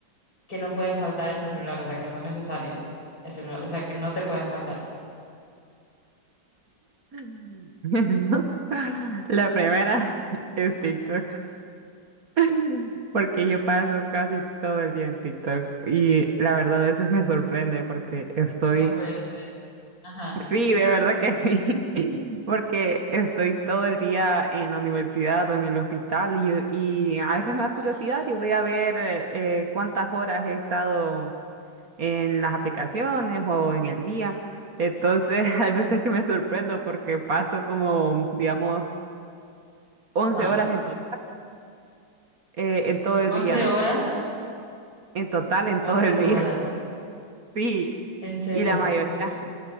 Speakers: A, on the left; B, on the right.
A: que no pueden faltar en tu celular, o sea, que son necesarias en celular, o sea, que no te pueden faltar.
B: <laughs> La primera <laughs> es TikTok, <laughs> porque yo paso casi todo el día en TikTok y la verdad a veces me sorprende porque estoy,
A: No puede ser. Ajá.
B: sí, de verdad que sí, <laughs> porque estoy todo el día en la universidad o en el hospital y, y a veces me da
A: Ajá.
B: curiosidad y voy a ver eh, eh, cuántas horas he estado. en las aplicaciones o en el día. Entonces, <laughs> hay veces que me sorprendo porque paso como, digamos, once
A: Ajá.
B: horas en, to- eh, en todo el
A: 11
B: día,
A: horas,
B: en total en
A: once
B: todo el
A: horas,
B: día, <laughs> sí,
A: en serio.
B: y la mayoría,
A: Uy, sí.